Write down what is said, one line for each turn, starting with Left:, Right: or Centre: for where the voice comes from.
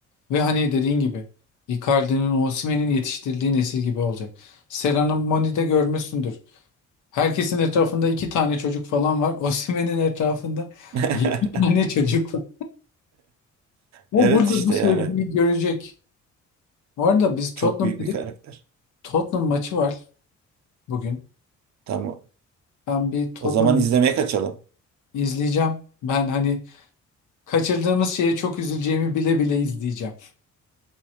Left: Ve hani dediğin gibi Icardi'nin, Osimhen'in yetiştirildiği nesil gibi olacak. Serhan'ın Moni'de görmüşsündür. Herkesin etrafında iki tane çocuk falan var. <laughs> Osimhen'in etrafında
Right: <laughs>
Left: yedi tane çocuk var. O
Right: Evet
Left: burada
Right: işte
Left: bu sevgiyi
Right: yani
Left: görecek. Bu arada biz Tottenham
Right: çok büyük
Left: dedik.
Right: bir karakter.
Left: Tottenham maçı var bugün.
Right: Tamam.
Left: Ben bir Tottenham'ı
Right: O zaman izlemeye kaçalım.
Left: izleyeceğim. Ben hani kaçırdığımız şeye çok üzüleceğimi bile bile izleyeceğim.